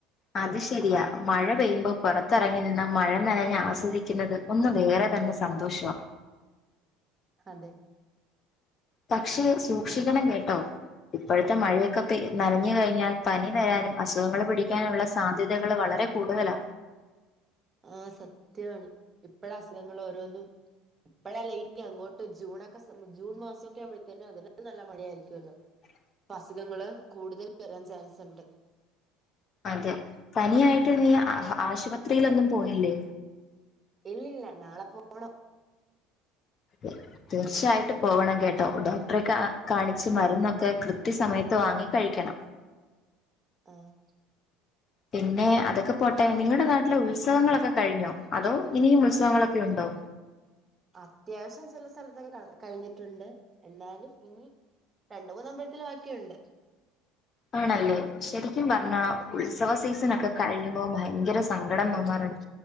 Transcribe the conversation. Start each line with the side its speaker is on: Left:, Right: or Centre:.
Left: അത് ശരിയാ മഴ പെയ്യുമ്പോ പുറത്തെറങ്ങി നിന്ന മഴ നനഞ്ഞ് ആസ്വദിക്കുന്നത് ഒന്ന് വേറെ തന്നെ സന്തോഷവാ
Right: അതെ
Left: പക്ഷെ സൂക്ഷിക്കണം കേട്ടോ ഇപ്പോഴത്തെ മഴയൊക്കെ പൈ നനഞ്ഞ്കഴിഞ്ഞാൽ പനി വരാനും അസുഖങ്ങള് പിടിക്കാനുള്ള സാധ്യതകള് വളരെ കൂടുതലാ
Right: ആഹ് സത്യാണ് ഇപ്പഴ അസുഖങ്ങളോരോന്നും ഇപ്പഴല്ല ഇനി അങ്ങോട്ട് ജൂണക്കെ ജൂൺ മാസമൊക്കെ ആവുമ്പോഴ്ത്തേന് അതില് നല്ല മഴയാ യിരിക്കൊലോ
Left: <inaudible>
Right: ഇപ്പ അസുഖങ്ങള് കൂടുതൽ വരാൻ ചാൻസുണ്ട്
Left: അതെ പനിയായിട്ട് നീ അ.. അ.. ആശുപത്രിലൊന്നും പോയില്ലേ?
Right: ഇല്ലില്ല നാളെ പോണം
Left: <inaudible> തീർച്ചയായിട്ടും പോവണം കേട്ടോ ഡോക്ടറെ കാണിച്ച് മരുന്നൊക്കെ കൃത്യസമയത്ത് വാങ്ങി കഴിക്കണം
Right: ആഹ്
Left: പിന്നെ അതൊക്കെ പോട്ടെ നിങ്ങൾടെ നാട്ടിലെ ഉത്സവങ്ങളൊക്കെ കഴിഞ്ഞോ, അതോ ഇനിയും ഉത്സവങ്ങളൊക്കെയുണ്ടോ?
Right: അത്യാവശ്യം ചെല സ്ഥലത്തൊക്കെ കഴിഞ്ഞിട്ടുണ്ട് എന്നാലും ഇനി.. രണ്ട് മൂന്ന് അമ്പൽത്തില് ബാക്കിയുണ്ട്.
Left: ആണല്ലേ ശരിക്കും പറഞ്ഞാ ഉത്സവ സീസണൊക്കെ കഴിയുമ്പോ ഭയങ്കര സങ്കടം തോന്നാറുണ്ട്.